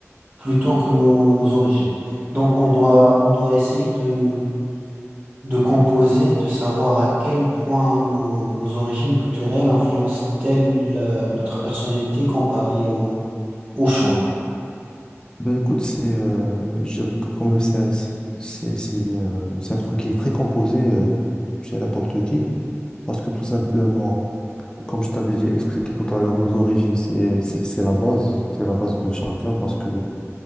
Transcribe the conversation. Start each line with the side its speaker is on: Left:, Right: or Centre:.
Right: plutôt que nos, nos origines? Donc, on doit, on doit essayer de, de composer, de savoir à quel point nos, nos origines culturelles influencent-elles euh, notre personnalité comparée au, au choix.
Left: Ben écoute, c'est, euh, je dirais que quand même, c'est, c'est, c'est, c'est, euh, c'est un truc qui est très composé euh, chez n'importe qui. Parce que tout simplement, comme je t'avais déjà expliqué tout à l'heure, nos origines, c'est, c'est, c'est la base. C'est la base de chacun parce que